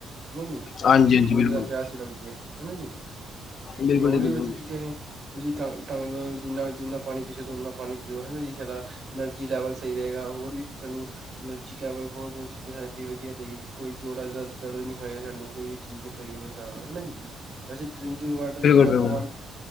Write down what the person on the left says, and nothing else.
ਹਾਂਜੀ ਹਾਂਜੀ
ਬਿਲਕੁਲ
ਬਿਲਕੁਲ
ਜੀ
ਬਿਲਕੁਲ
ਬਿਲਕੁਲ
ਬਿਲਕੁਲ